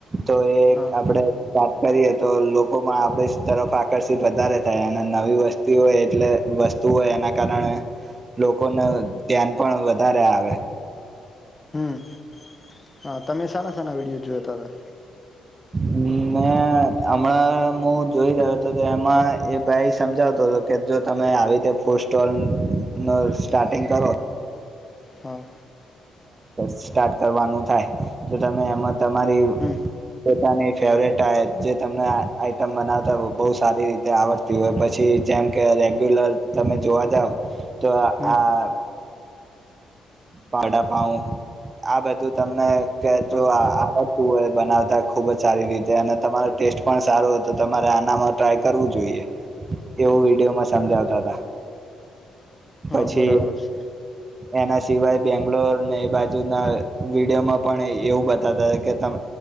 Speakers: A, on the right; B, on the left.
A: તો એક
B: હા
A: આપડે વાત કરી હ તો લોકોમાં આપણી તરફ આકર્ષિત વધારે થાય અને નવી વસ્તી હોય એટલે વસ્તુ હોય એના કારણે લોકોને ધ્યાન પણ વધારે આવે
B: હમ હા તમે સાના સાના વિડીયો જોતા હતા
A: હ મે હમણાં હું જોઈ રહ્યો હતો તો એમાં એ ભાઈ સમજાવતો હતો કે જો તમે આવી રીતે ફૂડ સ્ટોલ નો સ્ટાર્ટિંગ કરો
B: હા
A: સ્ટાર્ટ કરવાનું થાય તો તમે એમાં તમારી
B: હમ
A: પોતાની ફેવરેટ જે તમને આઈટમ બનાવતા બો સારી રીતે આવડતી હોય પછી જેમ કે રેગ્યુલર તમે જોવા જાવ તો
B: હમ
A: આ પડા પાઉ આ બધું તમને કે જો
B: હા
A: આ આ બનાવતા ખુબ જ સારી રીતે અને તમારો ટેસ્ટ પણ સારો હતો તમારે આનામાં ટ્રાય કરવું જોઈએ એવું વિડીયોમાં સમજાવતા હતા
B: હા
A: પછી
B: બરાબર છે
A: એના સિવાય બેંગ્લોરને એ બાજુના વિડીયોમાં પણ એવું બતાવતા હતા કે તમ